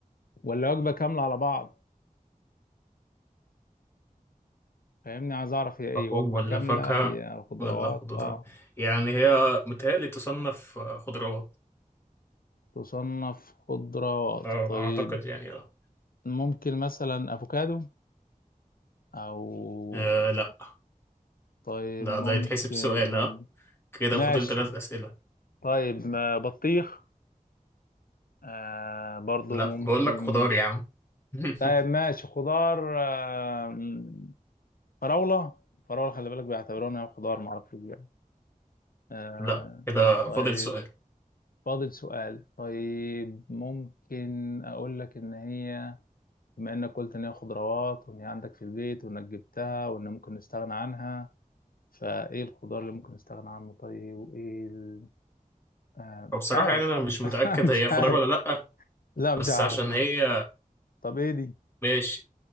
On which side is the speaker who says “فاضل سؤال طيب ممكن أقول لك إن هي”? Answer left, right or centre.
Left